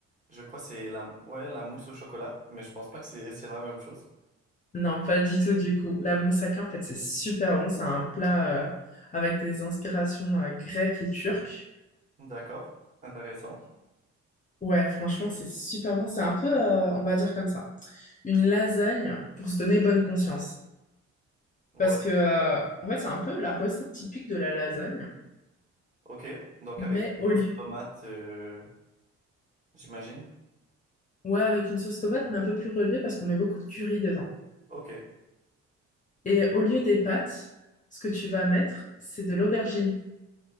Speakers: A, on the right; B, on the left.
A: je crois que c'est la, ouais, la mousse au chocolat, mais je pense pas que c'est c'est la même chose.
B: Non, pas du tout, du coup. La moussaka, en fait, c'est super bon. C'est un plat euh, avec des inspirations euh, grecques et turques.
A: D'accord, intéressant.
B: Ouais, franchement, c'est super bon. C'est un peu, euh, on va dire comme ça, une lasagne pour se donner bonne conscience.
A: Ouais,
B: Parce que, euh, en fait, c'est un peu la recette typique de la lasagne,
A: ok. Donc
B: mais
A: avec une
B: au
A: sauce
B: lieu.
A: tomate, euh, j'imagine.
B: Ouais, avec une sauce tomate, mais un peu plus relevée parce qu'on met beaucoup de curry dedans.
A: Ok.
B: Et au lieu des pâtes, ce que tu vas mettre, c'est de l'aubergine.